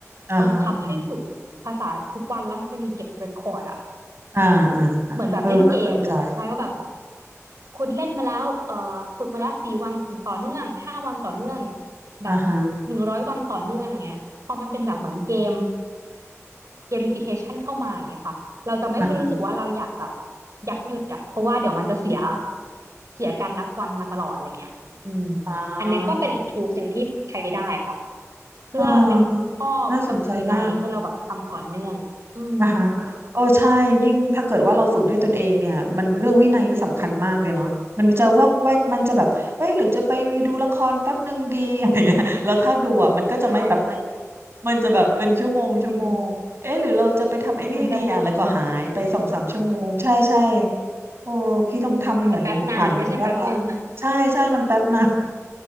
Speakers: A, on the right (about 50°); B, on the right (about 70°).
A: อ่าฮะอ่าฮะ
B: บังคับให้ฝึกภาษาทุกวันแล้วมันจะมีเก็บเรคคอร์ดอะ
A: อ่าอ่าอ่าเออน่าสนใจ
B: เหมือนแบบเล่นเกมเลยใช่ว่าแบบ คุณเล่นมาแล้วเอ่อฝึกมาแล้วสี่วันต่อเนื่องห้าวันต่อเนื่องแบบ
A: อ่าฮะ
B: หนึ่งร้อยวันต่อเนื่องอย่างเงี้ยพอมันเป็นแบบเหมือนเกมเกม i ฟิเคชันเข้ามาอย่างเงี้ยค่ะเราจะไม่ค่อยรู้สึกว่าเราอยากแบบ
A: อ่าฮะ
B: อยากหยุดอะเพราะว่าเดี๋ยวมันจะเสียเสียการนับวันมาตลอดอะไรเงี้ยอืม
A: อ่า
B: อันเนี้ยก็เป็นอีก t o o l หนึ่งที่ใช้ได้ค่ะเพื่อเป็นข้อกำหนดวินัยให้เราแบบทำต่อเนื่องอืม
A: อ่าฮะน่าสนใจมากอ่าฮะอ่าฮะโอ้ใช่ยิ่งถ้าเกิดว่าเราฝึกด้วยตนเองเนี่ยมันเรื่องวินัยนี่สำคัญมากเลยเนาะมันจะวอกแวกมันจะแบบเอ๊ะหรือจะไปดูละครแป๊บหนึ่งดี <laughs> อะไรเงี้ยแล้วถ้าดูอ่ะมันก็จะไม่แป๊บหนึ่ง
B: ใช่
A: มันจะแบบเป็นชั่วโมงชั่วโมงเอ๊ะหรือเราจะไปทำไอ้นี่ดีอ่ะแล้วก็หายไปสองสามชั่วโมงใช่ใช่
B: อืมมันจะ
A: โอ้พี่ต้องทำเหมือนฝันบ้างละ
B: อืมมันจะแป๊บนานไม่ใช่แป๊บหนึ่ง
A: ใช่ใช่มันแป๊บนะ